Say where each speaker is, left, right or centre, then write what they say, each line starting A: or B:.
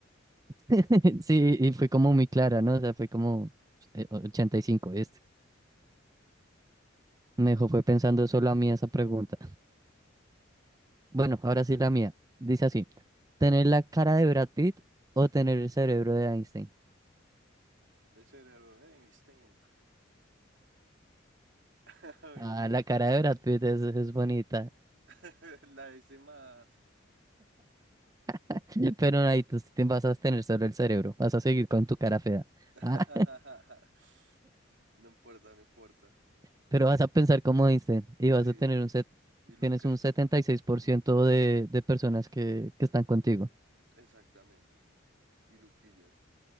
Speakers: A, on the right; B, on the right.
A: <laughs> Sí, y fue como muy clara, ¿no? O sea, fue como eh, 85 este. Me
B: A
A: dejó
B: ver,
A: fue pensando solo a mí esa pregunta. Bueno, ahora sí la mía. Dice así, ¿tener la cara de Brad Pitt o tener el cerebro de Einstein?
B: el cerebro de Einstein, <laughs> obviamente.
A: Ah, la cara de Brad Pitt es, es bonita.
B: <laughs> La hice más.
A: <laughs> Pero ahí tú te vas a tener solo el cerebro. Vas a seguir con tu cara fea.
B: <laughs>
A: Ah,
B: No importa, no importa.
A: <laughs> pero vas a pensar como Einstein y vas
B: Sí,
A: a tener
B: sí.
A: un set,
B: Y Lucas,
A: tienes un 76% de, de personas que, que están contigo.
B: exactamente. Y Luquillas.